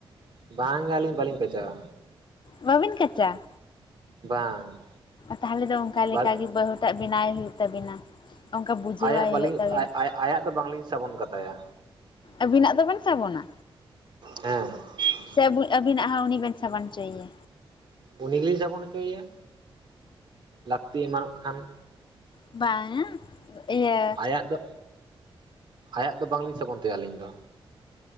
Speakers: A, on the right (about 55°); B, on the left (about 55°).
A: ᱵᱟᱝ ᱜᱮ ᱟᱹᱞᱤᱧ ᱵᱟᱹᱞᱤᱧ ᱠᱟᱪᱟᱶᱟ
B: ᱵᱟᱵᱤᱱ ᱠᱟᱪᱟ
A: ᱵᱟᱝ
B: ᱛᱟᱦᱚᱞᱮ ᱫᱚ ᱚᱱᱠᱟ ᱞᱮᱠᱟᱜᱮ
A: ᱵᱟᱝ
B: ᱵᱟᱹᱦᱩ ᱴᱟᱜ ᱵᱮᱱᱟᱣ ᱦᱩᱭᱩᱜ ᱛᱟᱵᱤᱱᱟ ᱚᱱᱠᱟ ᱵᱩᱡᱷᱟᱹᱣᱟᱭ
A: ᱟᱭᱟᱜ ᱵᱟᱹᱞᱤᱧ
B: ᱦᱩᱭᱩᱜ ᱛᱟᱵᱤᱱᱟ
A: ᱟᱭᱟᱜ ᱫᱚ ᱵᱟᱝᱞᱤᱧ ᱥᱟᱵᱚᱱ ᱠᱟᱛᱟᱭᱟ᱾
B: ᱟᱵᱤᱱᱟᱜ ᱫᱚᱵᱤᱱ ᱥᱟᱵᱚᱱᱟ
A: ᱦᱮᱸ
B: ᱥᱮ ᱟᱵᱤᱱᱟᱜ ᱦᱚᱸ ᱩᱱᱤ ᱵᱮᱮᱱ ᱥᱟᱵᱟᱱ ᱚᱪᱚᱭᱮᱭᱟ
A: ᱩᱱᱤ ᱜᱮᱞᱤᱧ ᱥᱟᱵᱚᱱ ᱦᱚᱪᱚᱭᱮᱭᱟ ᱞᱟᱹᱠᱛᱤ ᱮᱢᱟᱱᱚᱜ ᱠᱷᱟᱱ
B: ᱵᱟᱝᱟ ᱮ
A: ᱟᱭᱟᱜ ᱫᱚ ᱟᱭᱟᱜ ᱫᱚ ᱵᱟᱝᱞᱤᱧ ᱥᱟᱵᱚᱱ ᱛᱟᱭᱟ ᱟᱹᱞᱤᱧ ᱫᱚ᱾